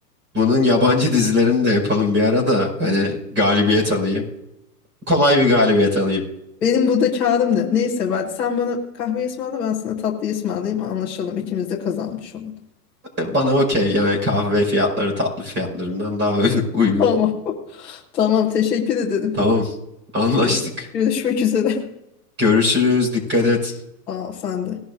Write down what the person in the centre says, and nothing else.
Benim burada kârım ne? Neyse ben sen bana kahve ısmarla ben sana tatlı ısmarlayayım anlaşalım ikimiz de kazanmış olalım.
Tamam. <laughs> Tamam teşekkür ederim.
Gör- Görüşmek üzere.
Aa sen de.